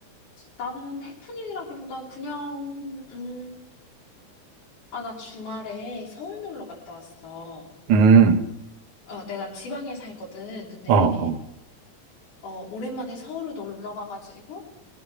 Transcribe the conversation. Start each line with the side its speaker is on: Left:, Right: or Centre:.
Left: 나는 해프닝이라기보단 그냥, 음, 아, 나 주말에 서울 놀러 갔다 왔어.
Right: 음.
Left: 어, 내가 지방에 살거든. 근데,
Right: 어, 어.
Left: 어, 오랜만에 서울을 놀러 가가지고,